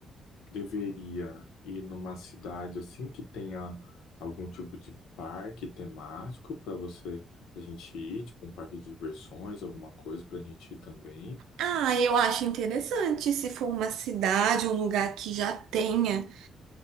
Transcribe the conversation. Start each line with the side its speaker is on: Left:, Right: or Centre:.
Left: deveria ir numa cidade assim que tenha algum tipo de parque temático para você para a gente ir, tipo um parque de diversões, alguma coisa para a gente ir também?
Right: Ah, eu acho interessante se for uma cidade, um lugar que já tenha